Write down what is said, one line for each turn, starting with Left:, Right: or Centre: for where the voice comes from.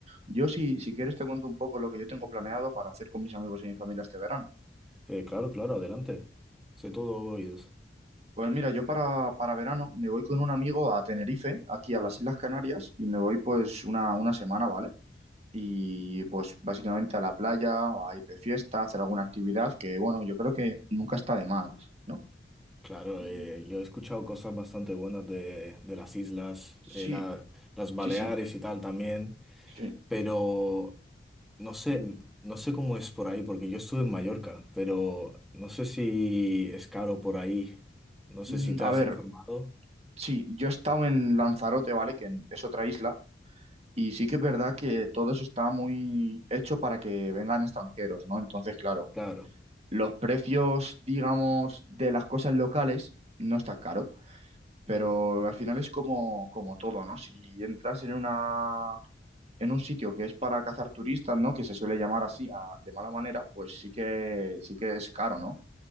Right: Yo si, si quieres te cuento un poco lo que yo tengo planeado para hacer con mis amigos y mi familia este verano.
Centre: Eh, claro, claro, adelante. Soy todo oídos.
Right: Pues mira, yo para, para verano me voy con un amigo a Tenerife, aquí a las Islas Canarias, y me voy pues una, una semana, ¿vale? y pues básicamente a la playa, o a ir de fiesta, a hacer alguna actividad que, bueno, yo creo que nunca está de mal, ¿no?
Centre: Claro,
Right: Mm,
Centre: eh, yo he escuchado cosas bastante buenas de, de las islas,
Right: Sí,
Centre: eh, la- las Baleares
Right: sí, sí,
Centre: y tal también.
Right: sí.
Centre: pero no sé, no sé cómo es por ahí, porque yo estuve en Mallorca, pero no sé si es caro por ahí. No sé
Right: Mm,
Centre: si te
Right: a
Centre: has
Right: ver,
Centre: informado.
Right: sí, yo he estado en Lanzarote, ¿vale? Que en- es otra isla, y sí que es verdad que todo eso está muy hecho para que vengan extranjeros, ¿no? Entonces, claro,
Centre: Claro,
Right: los precios, digamos, de las cosas locales no está caro. Pero al final es como, como todo, ¿no? Si entras en una en un sitio que es para cazar turistas, ¿no? Que se suele llamar así a- de mala manera, pues sí que, sí que es caro, ¿no?